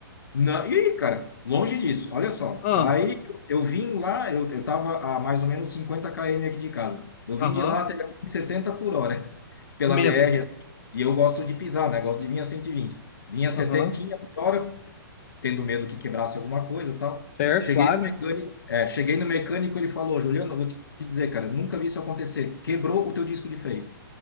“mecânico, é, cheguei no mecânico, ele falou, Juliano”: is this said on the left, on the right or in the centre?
Left